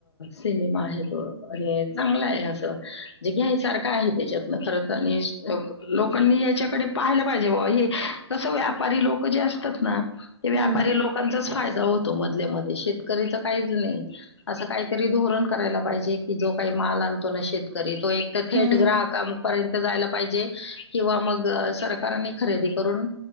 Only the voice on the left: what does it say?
सिनेमा आहे तो आणि चांगला आहे घ्यासारखं आहे त्याच्यातून खरतर आणि लोकांनी याच्याकडे पाहायला पाहिजे ओ हे कसं व्यापारी लोक जे असतात ना
ते व्यापारी
लोकांचाच फायदा होतो. मध्ये शेतकरीच काही नाही अस काहीतरी धोरण करायला पाहिजे की जो काही माल शेतकरी तो एक तर थेट
ग्राहकांपर्यंत जायला पाहिजे किंवा मग सरकारनी खरेदी करून